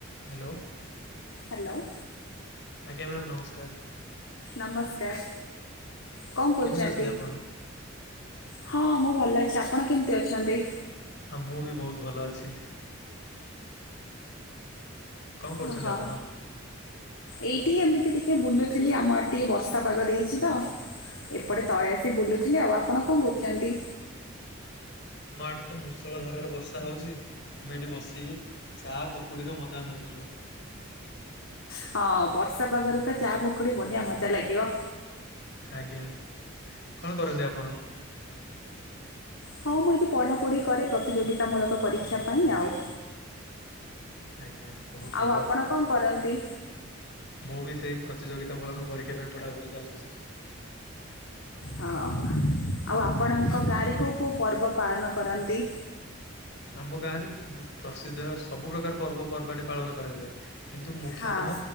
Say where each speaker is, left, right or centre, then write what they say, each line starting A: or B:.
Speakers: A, on the left; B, on the left.
A: Hello.
B: Hello.
A: ଆଜ୍ଞା ma'am ନମସ୍କାର୍।
B: ନମସ୍କାର କଣ କରୁଚନ୍ତି।
A: କେମିତି ଅଛନ୍ତି ଆପଣ?
B: ହଁ ମୁଁ ଭଲ ଅଛି। ଆପଣ କେମ୍ତି ଅଛନ୍ତି?
A: ହଁ ମୁଁ ବି ବୋହୁତ୍ ଭଲ ଅଛି। କଣ କରୁଛନ୍ତି
B: ଅ ହ।
A: ଆପଣ?
B: ଏଇଠି ଏମିତି ଟିକେ ବୁଲୁଥିଲି ଆମ ଆଡେ ଟିକେ ବର୍ଷା ପାଗ ଦେଇଚି ତ। ଏପଟେ ତଳେ ଆସି ବୁଲୁଥିଲି। ଆଉ ଆପଣ କଣ କରୁଚନ୍ତି?
A: ଆମ ଆଡେ ତ ମୂଷଳ ଧାରାରେ ବର୍ଷା ହୋଉଚି ଆମେ ଏଠି ବସିକି ଚା ପକୁଡିର ମଜା ନେଉଚୁ।
B: ହଁ ବର୍ଷା ପାଗରେ ତ ଚା ପକୁଡି ବଢିଆ ମଜା ଲାଗିବ।
A: ଆଜ୍ଞା କଣ କରନ୍ତି ଆପଣ?
B: ହଁ ମୁଁ ଏଇଠି ପଢ଼ାପଢ଼ି କରେ ପ୍ରତିଯୋଗିତାମୂଳକ ପରୀକ୍ଷା ପାଇଁ ଆଉ।
A: ଆଜ୍ଞା ବହୁତ
B: ଆଉ
A: ଭଲ।
B: ଆପଣ କ'ଣ କରନ୍ତି
A: ମୁଁ ବି ସେଇ ପ୍ରତିଯୋଗିତା ମୂଳକ ପରୀକ୍ଷା ପାଇଁ ପଢାପଢି ଚାଲିଚି।
B: ହଁ ଆଉ ଆପଣଙ୍କ ଗାଁରେ କୋଉ କୋଉ ପର୍ବ ପାଳନ କରନ୍ତି?
A: ଆମ ଗାଁ ରେ ପୁ ପ୍ରସିଦ୍ଧ ସବୁ ପ୍ରକାର ପର୍ବପର୍ବାଣୀ ପାଳନ କରାଯାଏ। କିନ୍ତୁ ମୁଖ୍ୟତଃ
B: ହଁ